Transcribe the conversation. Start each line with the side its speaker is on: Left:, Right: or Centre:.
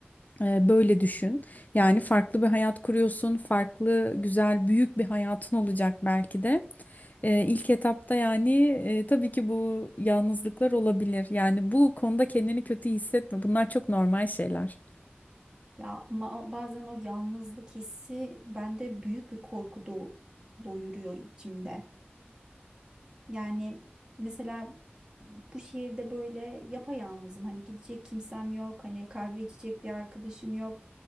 Left: E, Böyle düşün. Yani farklı bir hayat kuruyorsun, farklı, güzel, büyük bir hayatın olacak belki de. E, ilk etapta yani e, tabii ki bu yalnızlıklar olabilir. Yani bu konuda kendini kötü hissetme. Bunlar çok normal şeyler.
Right: Ya ama o- bazen o yalnızlık hissi bende büyük bir korku do doyuruyor içimde. Yani mesela bu şehirde böyle yapayalnızım. Hani gidecek kimsem yok. Hani kahve içecek bir arkadaşım yok.